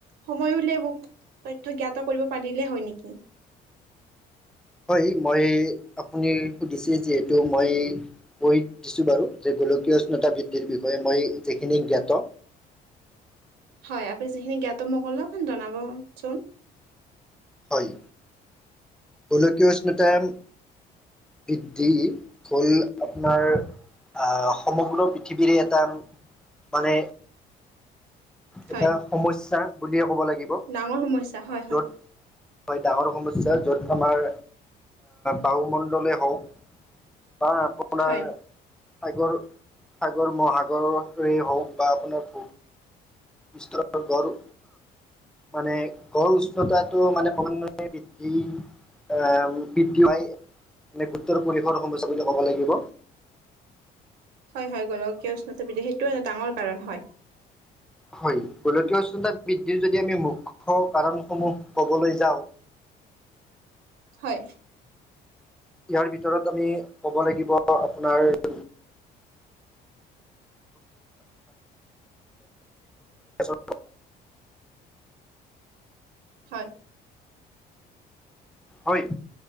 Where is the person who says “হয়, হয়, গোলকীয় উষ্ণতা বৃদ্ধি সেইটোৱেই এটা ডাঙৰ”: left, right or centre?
Right